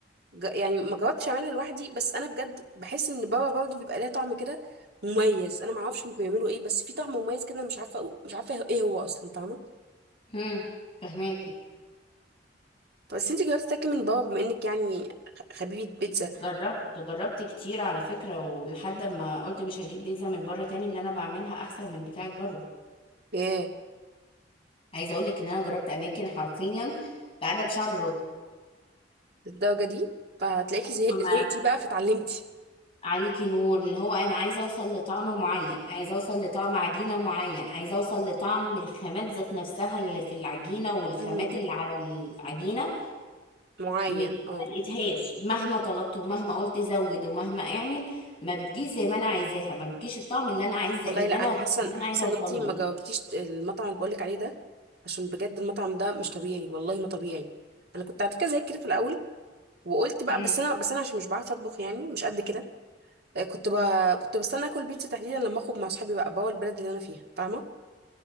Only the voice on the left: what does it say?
امم فهماكي
جربت جربت كتير على فكره ولحد ما قلت مش هجيب بيتزا من بره تاني اللي انا بعملها احسن من بتاعه بره
عايزه اقول لك ان انا جربت اماكن حرفيا بعدد شعر
راسي
عليكي نور اللي هو انا عايزه اوصل لطعم معين عايزه اوصل لطعم عجينه معين عايزه اوصل لطعم الخامات ذات نفسها اللي في العجينه والخامات
اللي على العجينه
مش ما
لقيتهاش مهما طلبت ومهما قلت زود ومهما اعمل ما بتجيش زي ما انا عايزاها ما بتجيش الطعم اللي انا عايزه
اللي
انا
اللي انا
عايزه اوصل
له
مم.